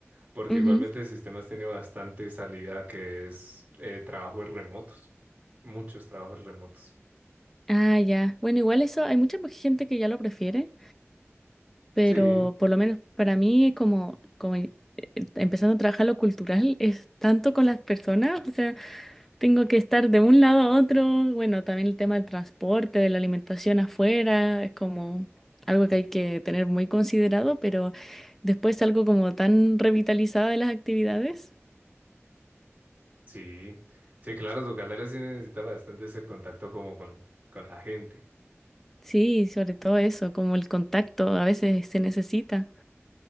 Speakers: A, on the right; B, in the centre.
A: Porque
B: Ujú.
A: igualmente el sistema tiene bastante salida que es eh, trabajos remotos, muchos trabajos remotos.
B: Ah, ya. Bueno, igual eso, hay mucha más gente que ya lo prefiere, pero
A: Sí,
B: por lo menos para mí, como, como eh, empezando a trabajar lo cultural, es tanto con las personas, o sea, tengo que estar de un lado a otro, bueno, también el tema del transporte, de la alimentación afuera, es como algo que hay que tener muy considerado, pero después algo como tan revitalizada de las actividades,
A: sí, sí, claro, tu carrera sí necesita bastante ese contacto como con, con la gente.
B: sí, sobre todo eso, como el contacto a veces se necesita.